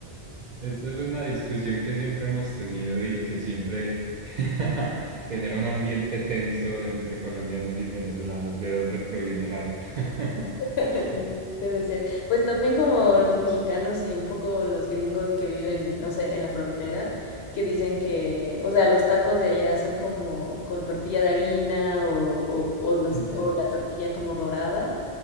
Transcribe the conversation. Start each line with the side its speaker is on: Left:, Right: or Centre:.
Right: esta es una discusión que siempre hemos tenido y que siempre <laughs> genera un ambiente tenso entre colombianos y venezolanos, de dónde proviene la arepa. <laughs>
Left: <laughs> Sí, debe ser. Pues también como los mexicanos y un poco los gringos que viven, no sé, en la frontera, que dicen que, o sea, los tacos de allá son como con tortilla de harina o, o, o los-
Right: Ujú,
Left: o la tortilla como dorada.